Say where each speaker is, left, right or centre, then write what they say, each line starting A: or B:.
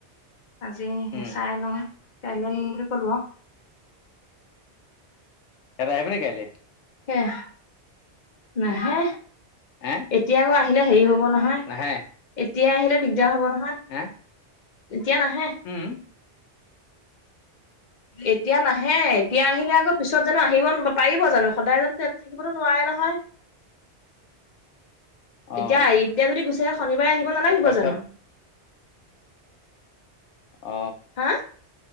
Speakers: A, on the left (about 45°); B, on the left (about 85°).
A: আজি
B: উম
A: চাই লওঁ। কাইলে নিম বুলি কলো অ,
B: সিঁহেতে আহিব নেকি আজি?
A: এহ নাহে
B: হে
A: এতিয়া আকৌ আহিলে হেৰি হব নহয়
B: নাহে?
A: এতিয়া আহিলে দিগদাৰ হব নহয়।
B: হে?
A: এতিয়া নাহে।
B: উম,
A: এতিয়া নাহ হে এতিয়া আহিলে আকৌ পিছত জানো আহিব পাৰিব জানো সদায় জানো তেত থাকিবতো নোৱাৰে নহয়।
B: <inaudible> অ',
A: এতিয়া এতিয়া যদি গুচি আহে শনিবাৰে আহিব নালাগিব
B: এখেত
A: জানো?
B: অ
A: হা